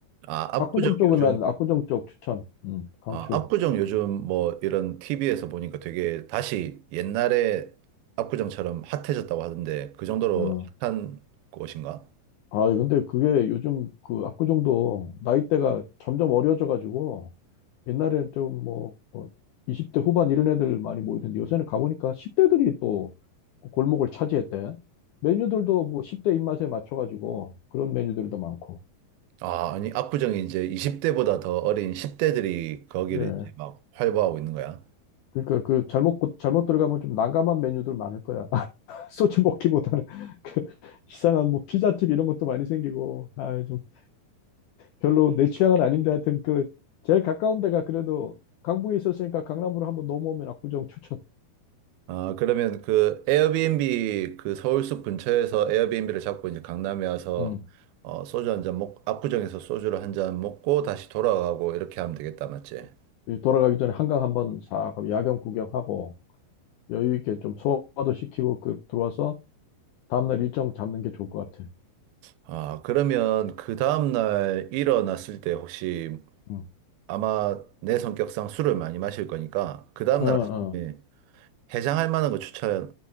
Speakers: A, on the right; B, on the left.
A: 아,
B: 압구정
A: 압구정
B: 쪽은
A: 요즘
B: 난 압구정 쪽 추천. 음, 강추.
A: 아, 압구정 요즘 뭐 이런 TV에서 보니까 되게 다시 옛날에 압구정처럼 핫해졌다고 하던데 그 정도로
B: 어.
A: 핫한 곳인가?
B: 아, 근데 그게 요즘 그 압구정도 나이대가 점점 어려져가지고 옛날에는 좀 뭐 20대 후반 이런 애들 많이 모이던데 요새는 가보니까 10대들이 또 골목을 차지했대. 메뉴들도 뭐 10대 입맛에 맞춰가지고 그런 메뉴들도 많고.
A: 아, 아니, 압구정이 이제 20대보다 더 어린 10대들이 거기를
B: 그래.
A: 이제 막 활보하고 있는 거야.
B: 그러니까 그 잘못, 잘못 들어가면 좀 난감한 메뉴들 많을 거야. <laughs> 소주 먹기보다는 그 이상한 뭐 피자집 이런 것도 많이 생기고. 아, <laughs> 별로 내 취향은 아닌데 하여튼 그 제일 가까운 데가 그래도 강북에 있었으니까 강남으로 한번 넘어오면 압구정 추천.
A: 아, 그러면 그 에어비앤비 그 서울숲 근처에서 에어비앤비를 잡고 이제 강남에 와서
B: 음.
A: 어, 소주 한 잔 먹, 압구정에서 소주를 한잔 먹고 다시 돌아가고 이렇게 하면 되겠다, 맞지?
B: 그 돌아가기 전에 한강 한번 싹 야경 구경하고 여유 있게 좀 소화도 시키고 그 들어와서 다음날 일정 잡는 게 좋을 것 같아.
A: 아, 그러면 그 다음날 일어났을 때 혹시
B: 응.
A: 아마 내 성격상 술을 많이 마실 거니까 그 다음날
B: 어, 어.
A: 아침에 해장할 만한 거 추천해